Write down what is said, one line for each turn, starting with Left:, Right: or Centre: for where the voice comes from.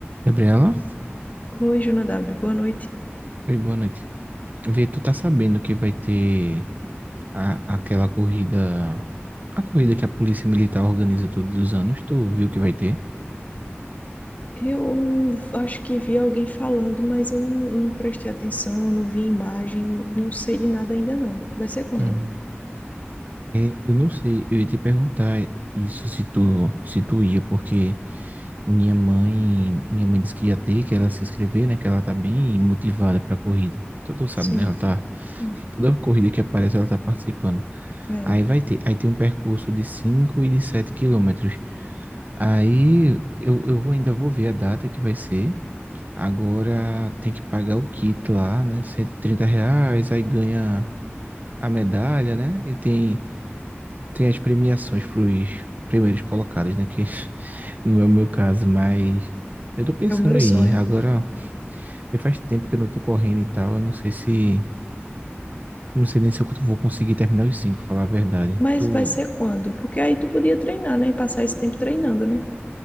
Right: Gabriela,
Left: Oi, Jonadab, boa noite.
Right: oi, boa noite. Vê, tu tá sabendo que vai ter a, aquela corrida, a corrida que a Polícia Militar organiza todos os anos, tu viu que vai ter?
Left: Eu acho que vi alguém falando, mas eu não, não prestei atenção, não vi imagem, não, não sei de nada ainda não. Vai ser quando?
Right: Uhum. É, eu não sei, eu ia te perguntar isso se tu, se tu ia, porque minha mãe, minha mãe disse que ia ter, que ela se inscrever, né, que ela tá bem motivada pra corrida. Tu, tu sabe,
Left: Sim,
Right: né, ela tá,
Left: sim.
Right: toda corrida que aparece ela tá participando.
Left: É,
Right: Aí vai ter, aí tem um percurso de 5 e de 7 quilômetros. Aí eu, eu vou, ainda vou ver a data que vai ser. Agora tem que pagar o kit lá, né? cento e trinta reais, aí ganha a medalha, né? E tem, tem as premiações para os primeiros colocados, né? Que <laughs> não é o meu caso, mas eu tô pensando
Left: é o meu
Right: em
Left: sonho.
Right: ir. Agora, eu faz tempo que eu não tô correndo e tal. Eu não sei se. eu não sei nem se eu vou conseguir terminar os cinco, falar a verdade.
Left: Mas
Right: Tu.
Left: vai ser quando? Porque aí tu podia treinar, né? Passar esse tempo treinando, né?